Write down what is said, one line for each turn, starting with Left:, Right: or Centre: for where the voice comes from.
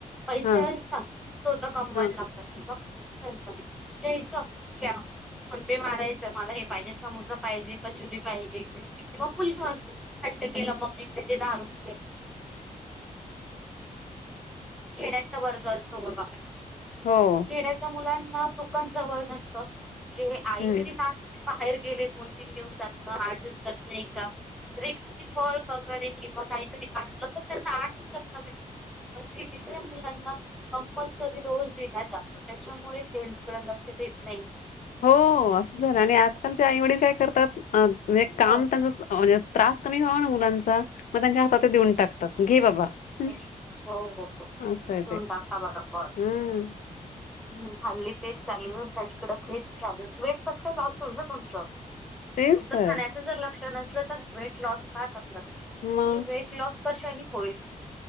Centre: पैसे
Left: हा
Centre: असतात स्वतं कमवायला
Left: हा
Centre: लागतात की बघ. ल द्यायचं घ. फोन पे मारायचं मला हे पाहिजे समोसा पाहिजे कचुरी पाहिजे किंवा मुलगा असतो हट्ट केलं मम्मी दे दहा रू <inaudible> खेड्यांचा वर्ग असतो बघा.
Left: हो
Centre: खेळाचे मुलां ह दुकान जवळ नसत. जे आई
Left: हम्म
Centre: वडील आणती बाहेर गेले दोन तीन दिवसात ना आठ दिवसातन एकदा तर एखादी फळ वगैरे किंवा काहीतरी आलंस तर आठ दिवसात ना भेसत पण सिटीतल्या मुलांना कंपल्सरी रोज दिला जातो त्याच्यामुळे हेल्थकड लक्ष द येत नाही. पा
Left: हो असंच झालं आणि आजकालच्या आईवडील काय करतात. म्हणजे काम
Centre: हो
Left: त्यांचा म्हणजे त्रास कमी व्हावा ना मुलांचा मग त्यांच्या हात देऊन टाकतात घे बाबा. हं,
Centre: हो हो हो देऊन
Left: असं आहे ते
Centre: टाका बरं पोरांना
Left: हम्म
Centre: हल्ली तेच. ांगू साईडकड तेच चालू वेट कस काय लॉस होईल ना तुमचं?
Left: तेच
Centre: तुमचं
Left: तर
Centre: खाण्याच जर लक्ष नसलं तर वेट लॉस काय कर हे
Left: मग
Centre: वेट लॉस कशाने होईल?